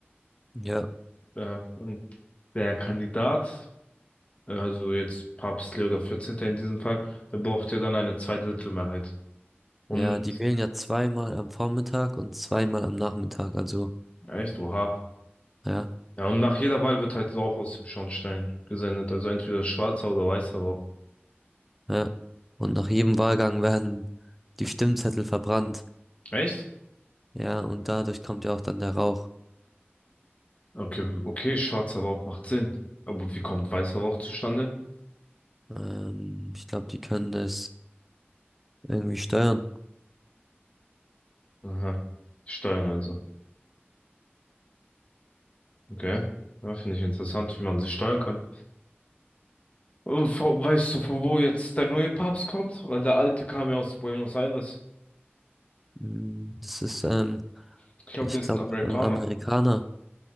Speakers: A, in the centre; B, on the left.
A: Ja,
B: Ja, und der Kandidat, also jetzt Papst Leo der vierzehnte in diesem Fall, der braucht ja dann eine Zweidrittelmehrheit. Und
A: ja, die wählen ja zweimal am Vormittag und zweimal am Nachmittag. Also,
B: echt, oha.
A: ja,
B: Ja, und nach jeder Wahl wird halt Rauch aus dem Schornstein gesendet. Also entweder schwarzer oder weißer Rauch.
A: ja. Und nach jedem Wahlgang werden die Stimmzettel verbrannt.
B: Echt?
A: Ja, und dadurch kommt ja auch dann der Rauch.
B: Okay, okay, schwarzer Rauch macht Sinn. Aber wie kommt weißer Rauch zustande?
A: Ähm, ich glaube, die können das irgendwie steuern.
B: Aha. Steuern also. Okay. Ja, finde ich interessant, wie man sie steuern kann. Und vor, weißt du, von wo jetzt der neue Papst kommt? Weil der alte kam ja aus Buenos Aires.
A: Mm, Das ist, ähm,
B: Ich glaube,
A: ich
B: der ist
A: glaube,
B: ein Amerikaner.
A: ein Amerikaner.